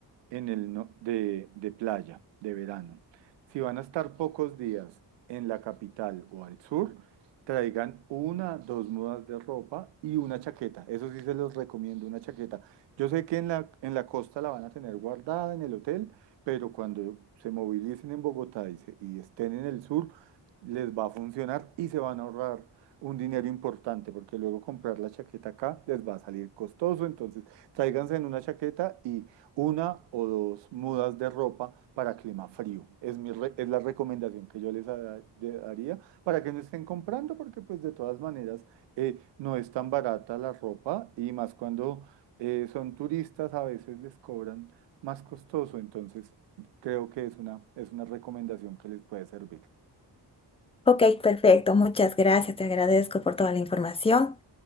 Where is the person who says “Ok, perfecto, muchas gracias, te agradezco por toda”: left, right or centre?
Left